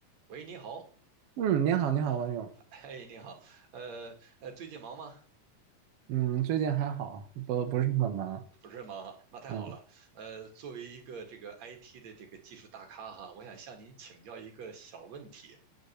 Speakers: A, on the right; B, on the right.
A: 喂，你好，
B: 嗯，你好，你好，王勇。
A: 哎，你好，呃呃，最近忙吗？
B: 嗯，最近还好，不不是很忙。
A: 不是忙哈，那太好了。
B: 嗯
A: 呃，作为一个这个 IT 的这个技术大咖哈，我想向您请教一个小问题，